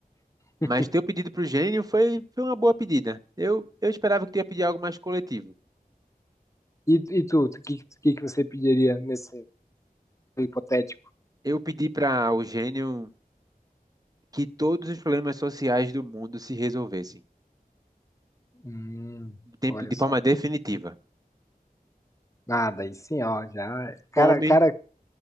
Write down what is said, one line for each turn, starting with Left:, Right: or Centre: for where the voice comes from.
Right: Mas
Left: <laughs>
Right: teu pedido pro gênio foi, foi uma boa pedida. Eu, eu esperava que tu ia pedir algo mais coletivo.
Left: E, e tu, o que, que que você pediria nesse hipotético?
Right: Eu pedi para o gênio que todos os problemas sociais do mundo se resolvessem,
Left: Hum,
Right: de tempo-
Left: olha
Right: de
Left: só.
Right: forma definitiva.
Left: Nada, aí sim, ó, já. Cara,
Right: Fome,
Left: cara